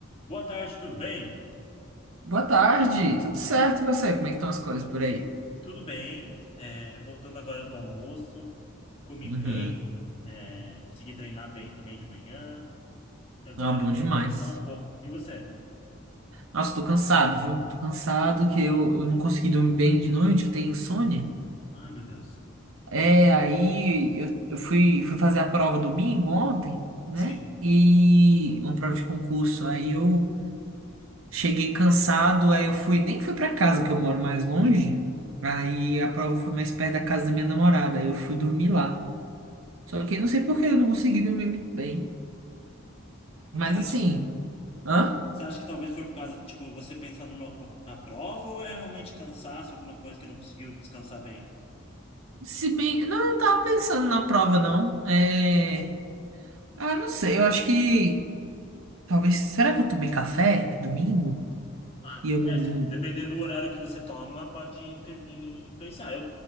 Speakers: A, on the left; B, on the right.
A: Boa tarde, tudo bem?
B: Boa tarde, tudo certo? E você? Como é que estão as coisas por aí?
A: Tudo bem. É, voltando agora do almoço, comi
B: Uhum.
A: bem, é, consegui treinar bem também de manhã, e agora
B: Ah, bom
A: eu
B: demais.
A: vou descansar um pouco. E você?
B: Nossa, tô cansado, viu? Tô cansado que eu, eu não consegui dormir bem de noite, eu tenho insônia.
A: Ai, meu Deus.
B: É, aí eu, eu fui, fui fazer a prova domingo ontem, né?
A: Sim.
B: E uma prova de concurso. Aí eu cheguei cansado, aí eu fui, nem fui pra casa, que eu moro mais longe. Aí a prova foi mais perto da casa da minha namorada, aí eu fui dormir lá. Só que eu não sei por que eu não consegui dormir muito bem. Mas
A: Você acha
B: assim,
A: que,
B: hã?
A: você acha que talvez foi por causa, tipo, você pensando no- no- na prova ou é realmente cansaço, alguma coisa que não conseguiu descansar bem?
B: Se bem. Não, eu não tava pensando na prova, não. É. Ah, não sei, eu acho que. Talvez. Será que eu tomei café domingo?
A: Ah,
B: E eu não.
A: é, se-
B: não-
A: dependendo do horário que você toma, pode inter- in- influenciar. Eu,